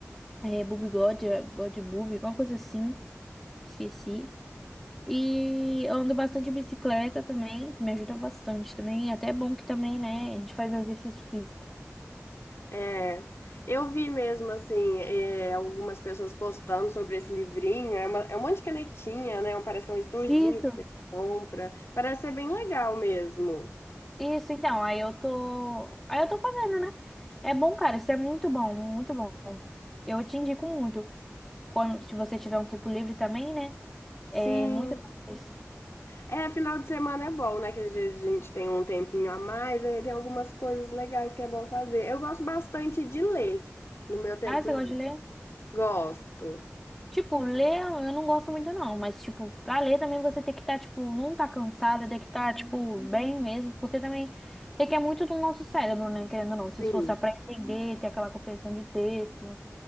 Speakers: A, in the centre; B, on the left (about 60°).
A: É Bob God, é, God Boob, uma coisa assim, esqueci. E eu ando bastante de bicicleta também, me ajuda bastante também. E até é bom que também, né? A gente faz exercício físico.
B: É, eu vi mesmo, assim, é, algumas pessoas postando sobre esse livrinho. É, uma- é um monte de canetinha, né? Parece que é um estojinho
A: Isso,
B: que você compra. Parece ser bem legal mesmo.
A: isso, então. Aí eu tô. Aí eu tô fazendo, né? É bom, cara, isso é muito bom, muito bom. Eu te indico muito. Quando, se você tiver um tempo livre também, né?
B: Sim.
A: É muito isso.
B: É, final de semana é bom, né? Que às vezes a gente tem um tempinho a mais, aí tem algumas coisas legais que é bom fazer. Eu gosto bastante de ler no meu tempo
A: Ah, você
B: livre.
A: gosta de ler?
B: Gosto.
A: Tipo, ler eu não gosto muito não, mas tipo, pra ler também você tem que estar, tipo, não tá cansada, tem que estar, tipo, bem mesmo, porque também requer muito do nosso cérebro, né, querendo ou não, se
B: Sim.
A: esforçar pra entender, ter aquela compreensão de texto.